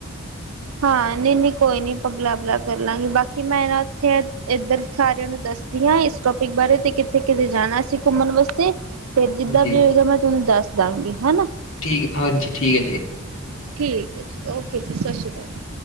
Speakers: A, on the right; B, on the left.
A: ਹਾਂ ਜੀ, ਨਹੀਂ ਕੋਈ ਨੀ, ਤਬਾਦਲਾ ਕਰ ਲਾਂਗੇ, ਬਾਕੀ ਮੈਂ ਨਾ ਉੱਥੇ! ਇੱਧਰ ਸਾਰਿਆਂ ਨੂੰ ਇਸ ਟੌਪਿਕ ਬਾਰੇ ਦੱਸ ਦਿੰਦੀ ਹਾਂ, ਕਿ ਅਸੀਂ ਘੁੰਮਣ ਵਾਸਤੇ ਕਿੱਥੇ-ਕਿੱਥੇ ਜਾਣਾ ਹੈ। ਫਿਰ ਜਿਵੇਂ
B: ਹਾਂਜੀ
A: ਵੀ ਹੋਵੇਗਾ, ਮੈਂ ਤੁਹਾਨੂੰ ਦੱਸ ਦਵਾਂਗੀ, ਹੈ ਨਾ।
B: ਠੀਕ ਹੈ ਜੀ, ਹਾਂ ਜੀ ਠੀਕ ਹੈ।
A: ਠੀਕ ਹੈ ਜੀ, ਓਕੇ ਜੀ, ਸਤਿ ਸ਼੍ਰੀ ਅਕਾਲ।